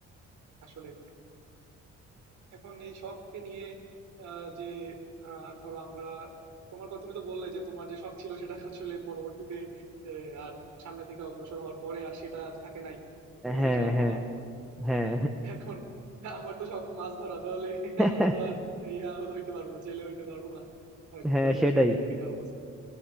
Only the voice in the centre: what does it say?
হ্যাঁ হ্যাঁ
হ্যাঁ
<laughs>
হ্যাঁ
সেটাই